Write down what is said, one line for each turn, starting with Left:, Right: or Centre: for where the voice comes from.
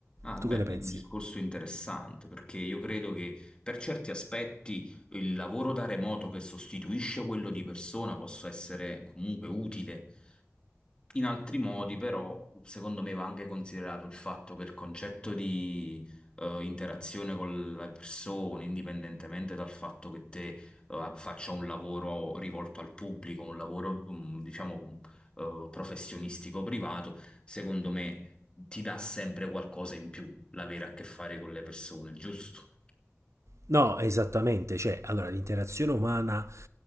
Left: Ah,
Right: Tu
Left: beh,
Right: che ne
Left: è
Right: pensi?
Left: un discorso interessante perché io credo che per certi aspetti il lavoro da remoto che sostituisce quello di persona possa essere comunque utile. In altri modi, però, secondo me va anche considerato il fatto che il concetto di eh, interazione con le persone, indipendentemente dal fatto che te eh, faccia un lavoro rivolto al pubblico, un lavoro, mm, diciamo, eh, professionistico privato, secondo me ti dà sempre qualcosa in più l'avere a che fare con le persone, giusto?
Right: No, esattamente, cioè, allora l'interazione umana